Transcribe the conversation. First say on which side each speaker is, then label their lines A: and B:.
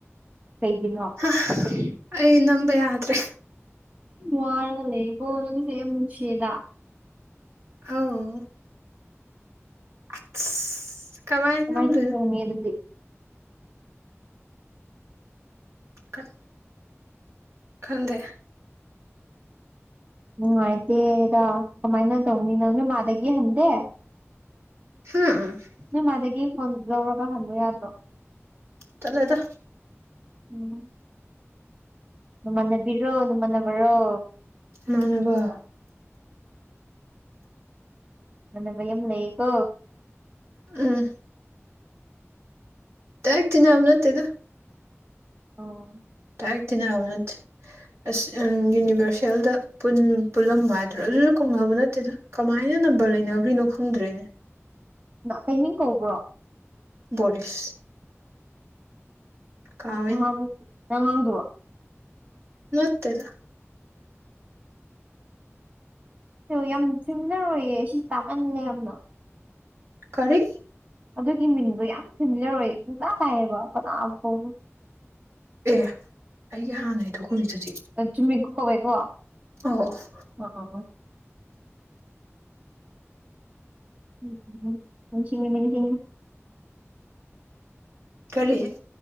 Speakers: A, on the right; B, on the right.
A: ꯀꯩꯒꯤꯅꯣ
B: ꯑ ꯑꯩ ꯅꯝꯕ ꯌꯥꯗ꯭ꯔꯦ
A: ꯃꯔꯒ ꯂꯩ ꯏꯕꯁꯁꯤꯗ
B: ꯑ <inaudible>
A: ꯀꯃꯥꯏ
B: ꯅꯝꯗꯣꯏꯅꯣ
A: ꯊꫭꯡꯉꯤ ꯑꯗꯨꯗꯤ
B: <unintelligible> ꯈꯪꯗꯦ
A: ꯅꯨꯡꯉꯥꯏꯇꯦꯗ ꯀꯃꯥꯏꯅ ꯇꯧꯅꯤ ꯅꯪ ꯅꯨꯃꯥꯗꯒꯤ ꯍꯟꯗꯦ
B: <unintelligible>
A: ꯅꯣꯏ ꯃꯥꯗꯒꯤ ꯐꯣꯟ ꯂꯧꯔꯒ ꯍꯟꯕ ꯌꯥꯗ꯭ꯔꯣ
B: ꯇꯜꯂꯦꯗ
A: ꯎꯝ ꯅꯃꯅꯕꯤꯔꯣ ꯅꯅꯨꯡꯃꯅꯕ꯭ꯔꯣ
B: ꯏꯃꯥꯟꯅꯕ
A: ꯃꯅꯕ ꯌꯥꯝ ꯂꯩꯀꯣ
B: ꯎꯝ ꯗꯥꯏꯔꯦꯛ ꯇꯤꯟꯅꯕ ꯅꯠꯇꯦꯗ
A: ꯑꯣ
B: ꯗꯥꯏꯔꯦꯛ ꯇꯤꯟꯅꯕ ꯅꯠꯇꯦ ꯑꯁ ꯌꯨꯅꯤꯚꯔꯁꯦꯜꯗ ꯄꯨꯟ ꯄꯨꯜꯂꯝꯕ ꯍꯥꯏꯗ꯭ꯔꯥ ꯑꯗꯨꯖꯨ ꯀꯧꯅꯕ ꯅꯠꯇꯦꯗ ꯀꯃꯥꯏꯅ ꯅꯝꯕꯔ ꯂꯩꯅꯗ꯭ꯔꯤꯅꯣ ꯈꯪꯗ꯭ꯔꯦꯅꯦ
A: ꯀꯩꯅꯤꯡ ꯀꯧꯕ꯭ꯔꯣ
B: ꯕꫭꯔꯤꯁ ꯀꯥꯎꯋꯦꯅꯦ
A: ꯅꯍꯥꯟꯃꯨꯛꯀꯤ ꯑꯉꯥꯡꯗꯨꯔꫭ
B: ꯅꯠꯇꯦꯗ
A: ꯌꯥꯝ ꯐꯤꯃꯤꯂꯔ ꯑꯣꯏꯌꯦ ꯁꯤꯁꯦ ꯇꯥꯛꯍꯟꯅꯤꯡꯉꯦ ꯌꯥꯝꯅ
B: ꯀꯔꯤ
A: ꯑꯗꯨꯒꯤ ꯃꯤꯡꯗꯣ ꯌꯥꯝ ꯐꯦꯃꯤꯂꯔ ꯑꯣꯏ ꯄꯨꯡꯇꯥ ꯇꯥꯏꯌꯦꯕ ꯀꯅꯥꯕꯨ ꯀꯧꯕꯅꫭ
B: ꯑꯦ ꯑꯩꯒꯤ ꯍꯥꯟꯅꯩꯗꯣ ꯀꯧꯔꯤꯗꯨꯗꯤ
A: ꯆꯨꯝꯃꯤꯀꫭ ꯀꯧꯋꯦꯀꯣ
B: ꯑꯣꯑꫭ
A: <unintelligible> <unintelligible> ꯃꯃꯤꯠꯁꯤꯡꯉꯦ ꯃꯃꯤꯠꯁꯤꯡꯉꯦ
B: ꯀꯔꯤ